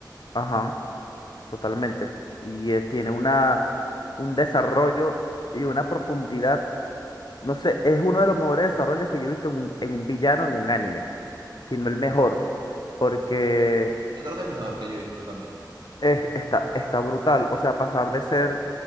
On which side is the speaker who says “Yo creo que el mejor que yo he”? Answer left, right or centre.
Right